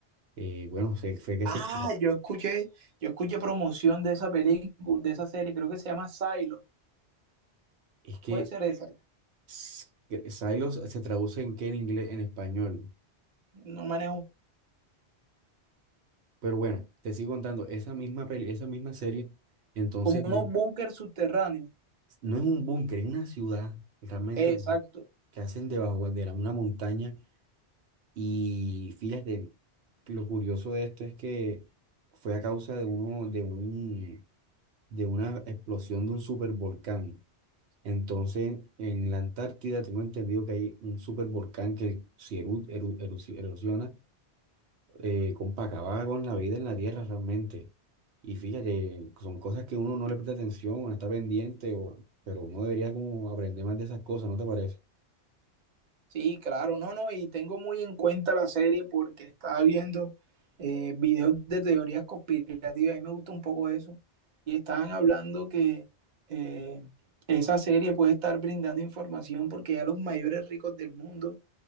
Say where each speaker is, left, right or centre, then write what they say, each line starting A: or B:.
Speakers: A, on the right; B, on the right.
A: Eh, bueno, se, fue que
B: Ah,
A: se...
B: yo escuché, yo escuché promoción de esa película, de esa serie, creo que se llama Silo.
A: Es que...
B: Puede ser esa.
A: s- que Silos se traduce en qué en inglés, en español.
B: No manejo
A: Pero bueno, te sigo contando, esa misma peli, esa misma serie, entonces
B: como unos
A: Ujú.
B: búnker subterráneos.
A: no es un búnker, es una ciudad realmente
B: Exacto.
A: que hacen debajo de la- una montaña y fíjate, lo curioso de esto es que fue a causa de uno, de un, de una explosión de un supervolcán. Entonces, en la Antártida tengo entendido que hay un supervolcán que si eru- eru- eru- erosiona, eh, compa, acaba con la vida en la tierra realmente. Y fíjate, son cosas que uno no le presta atención, uno está pendiente, o- pero uno debería como aprender más de esas cosas, ¿no te parece?
B: Sí, claro, no, no, y tengo muy en cuenta la serie porque estaba viendo eh, videos de teorías conspirativas, a mí me gusta un poco eso, y estaban hablando que eh, esa serie puede estar brindando información porque ya los mayores ricos del mundo